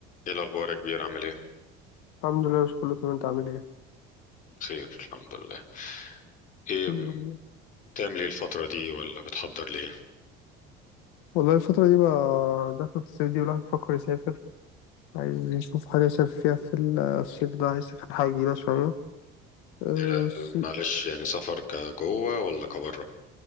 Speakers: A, on the left (about 40°); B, on the left (about 80°).
A: ايه الاخبار يا كبير عامل ايه
B: الحمد لله مش كله تمام انت عامل ايه
A: بخير الحمد لله ايه
B: الحمد لله
A: بتعمل ايه الفتره دي ولا بتحضر ليه
B: والله الفترة دي بقى دخلت الصيف دي والواحد بيفكر يسافر عايز يشوف حاجة يسافر فيها في الصيف ده عايز يسافر حاجة جديدة شوية أه
A: آه،
B: الص-
A: معلش يعني سفر كجوه ولا كبره